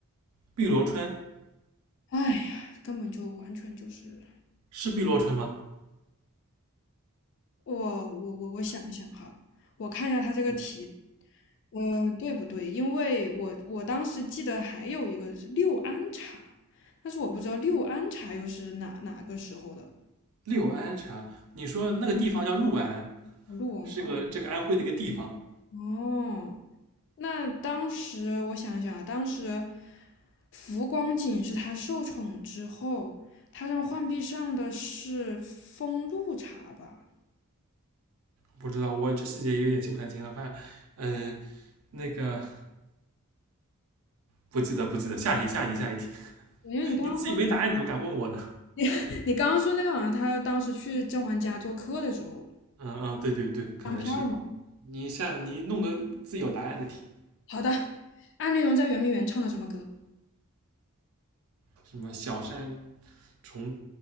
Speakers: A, on the right; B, on the left.
A: 碧螺春
B: 哎呀，根本就完全就是
A: 是碧螺春吗？
B: 我我我我想一想哈，我看一下他这个题，呃，对不对？因为我我当时记得还有一个是六安茶，但是我不知道六安茶又是哪哪个时候的。
A: 六安茶，你说那个地方叫六安，
B: 录完哦
A: 是个这个安徽的一个地方，
B: 哦，那当时我想一想啊，当时浮光景是他受宠之后，他让浣碧上的是风露茶吧？
A: 不知道，我这细节有点记不太清了。反正，嗯、那个不记得，不记得。下一题，下一题，下一题。
B: 因为你刚刚说
A: 你自己没答案，你怎么敢问我呢？
B: <laughs> 你刚刚说那个好像他当时去甄嬛家做客的时候
A: 嗯嗯，对对对，可能是
B: 当片儿嘛。
A: 你下你弄个自己有答案的题，
B: 好的，安陵容在圆明园唱的什么歌？
A: 什么小山重